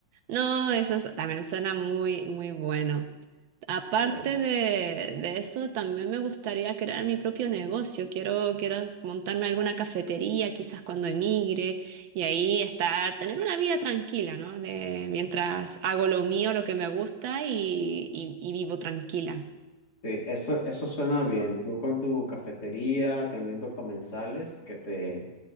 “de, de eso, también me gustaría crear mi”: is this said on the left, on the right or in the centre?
Right